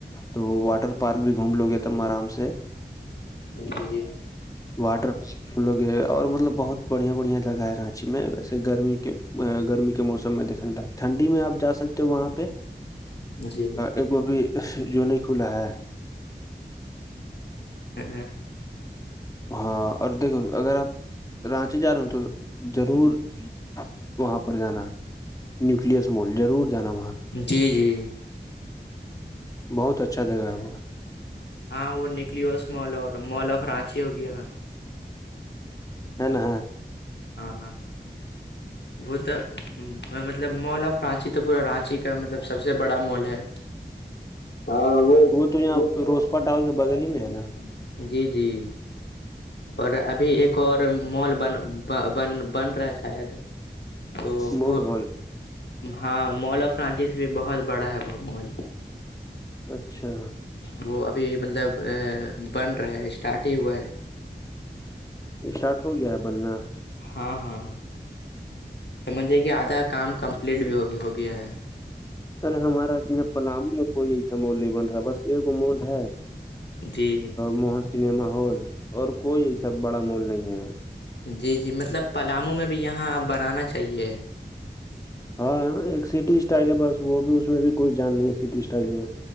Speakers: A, on the left; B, on the left.
A: تو واٹر پارک بھی گھوم لو گے تم آرام سے
B: جی
A: واٹر ہم لوگ یہ اور مطلب بہت بڑھیا بڑھیا جگہ ہے رانچی میں ویسے گرمی کے گرمی کے موسم س دیکنے ٹنڈی میں آپ جا سکتے ہو وہاں پہ
B: جی
A: ایک بھی جو نہیں کھلا ہے
B: ا
A: ہاں اور دیکھو اگر آپ رانچی جا رہے ہو تو ضرور وہاں پر جانا نیوکلس مال ضرور جانا وہاں پہ
B: جی جی
A: بہت اچھا جگا ہے وہ
B: ہاں وہ نکلیوس مال اور مال آف رانچی ہو گیا
A: ہے نا
B: ہاںاں وہ تو مطلب مال آف رانچی تو پورا رانچی کا مطلب سب سے بڑا مال ہے ہاں وہ
A: تو یہاں
B: وہ توپال
A: روسپا ٹاور کے بغل ہی میں ہے نا
B: جی جی اور ابھی ایک اور مال بن بن بن رہا ہے شاید تو
A: مغول
B: وہ ہاں مال آف فرانسس بھی بہت بڑا ہے وہ مال
A: اچھا
B: وہ ابھی مطلب بن رہا ہے اسٹارٹ ہی ہوا ہے
A: اسٹارٹ ہو گیا ہے بننا
B: ہاں ہاں ہاں سمجھیے کہ آدھا کام کمپلیٹ بھی ہو ہو گیا ہے
A: ارے ہمارا ج پلام کوئی ایسا مال نہیں بن رہا بس ایکگ مال ہے
B: جی
A: موہن سنیما ہال اور کوئی یہ سب بڑا مول نہیں ہے
B: جی جی مطلب پلاموں میں بھی یہاں بنانا چاہیے
A: ہاں ایک سٹی اسٹائل ہے بس وہ بھی اس میں بھی کوئی جان نہیں ہے سٹی اسٹائل میں